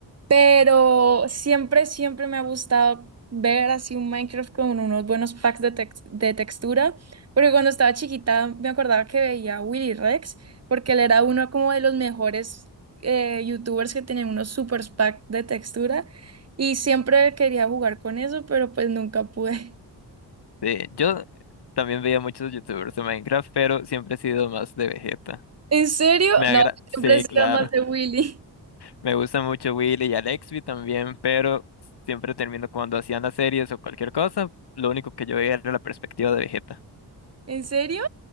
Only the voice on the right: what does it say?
pero siempre, siempre me ha gustado ver así un Minecraft con unos buenos packs de, tex- de textura, porque cuando estaba chiquita me acordaba que veía a Willy Rex, porque él era uno como de los mejores eh, YouTubers que tenían unos super packs de textura. Y siempre quería jugar con eso, pero pues nunca pude.
¿En serio?
No,
siempre he sido
más de Willy.
¿En serio?